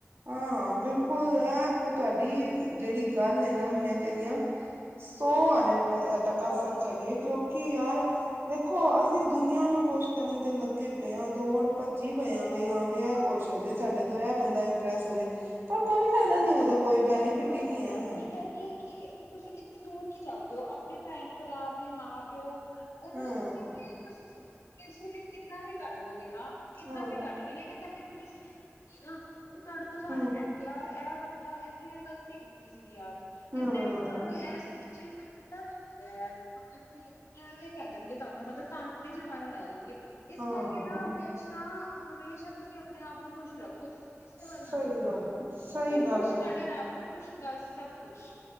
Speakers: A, on the right; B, on the left.
A: ਹਾਂ ਹਾਂ ਬਿਲਕੁਲ ਏਹ ਤੇ ਤੁਹਾਡੀ ਜਿਹੜੀ ਗੱਲ ਹੈ ਨਾ ਮੈਂ ਕਹਿੰਦੀ ਹਾਂ ਸੋ ਆਨੇ ਤੱਕ
B: ਹਾਂ
A: ਸੱਚ ਆਈਏ ਕਿਉਂਕਿ ਯਾਰ ਦੇਖੋ ਅਸੀਂ ਦੁਨੀਆਂ ਨੂੰ ਖੁਸ਼ ਕਰਨ ਤੇ ਲੱਗੇ ਪਏ ਹਾਂ ਦੌੜ ਭੱਜੀ ਪਏ ਆ ਬਈ ਹਾਂ ਬ ਇਹ
B: ਹਾਂ
A: ਖੁਸ਼ ਹੋ ਜਾੇ ਸਾਡੇ ਤੋਂ ਇਹ ਬੰਦਾ ਇੰਪ੍ਰੈਸ ਹੋ ਜਾੇ ਪਰ ਕੋਈ ਫਾਇਦਾ ਨੀ ਉਹਦਾ ਕੋਈ ਬੈਨੀਫਿਟ
B: ਬਿਲਕੁਲ
A: ਹੀ ਨਹੀਂ ਹੈ
B: ਮੈਂ ਕਹਿੰਦੀ ਕਿ ਤੁਸੀਂ ਕਿਥਤੇ ਦੂਰ ਕੀ ਚੱਲਦੇ ਹੋ ਆਪਣੇ ਭੈਣ ਭਰਾ ਆਪਣੇ ਮਾਂ ਪਿਓ ਉਹਨਾਂ
A: ਹਮ
B: ਸਭ ਕਿ ਤੁਸੀਂ ਇਸੇ ਲਈ ਕਿੰਨਾ ਵੀ ਕਰ ਲੋਗੇ ਨਾ ਕਿੰਨਾ
A: ਹਾਂ
B: ਵੀ ਕਰ ਲਗੇ ਲੇਕਿਨ ਮਿਸਟੇਕ ਹੋ ਗਈ ਨਾ ਤੇ ਤੁਹਾਨੂੰ ਉਹ ਸਾਰੇ
A: ਹਮ
B: ਕਹਿ ਗਿਆ ਇਹ ਬੰਦਾ ਇੰਨੇ ਨਾ ਆ ਗ਼ਲਤੀ ਕੀਤੀ ਸੀਗੀ ਯਾਰ
A: ਹਮ
B: ਇਨੇ ਨਾ ਸਾਨੂੰ ਇਸ ਚੀਜ਼ ਦਾ ਨੀ ਉਤਰਿਆ ਯਾਰ ਮਤਲਬ ਕਿ ਇਹ ਇਹ ਕਹਿ ਦੇਣਗੇ ਤੁਹਾਨੂੰ ਮਤਲਬ ਤਾਨੇ ਚ ਮਾਰਨ ਲੱਗ ਜਾਣਗੇ ਇਸ
A: ਹਾਂ
B: ਕਰਕੇ ਨਾ ਹਮੇਸ਼ਾ ਹਮੇਸ਼ਾ ਤੁਸੀਂ ਆਪਣੇ ਆਪ ਨੂੰ ਖੁਸ਼ ਰੱਖੋ ਤੁਸੀਂ ਕਿਸੇ
A: ਸਹੀ
B: ਵੱਲ ਨਾ ਦੇਖੋ
A: ਗੱਲ ਸਹੀ
B: ਤੁਸੀਂ
A: ਗੱਲ
B: ਖੁਸ਼
A: ਹੈ
B: ਤੁਡ ਆਪੱ ਖੁਸ਼ ਬਸ ਸਭ ਖੁਸ਼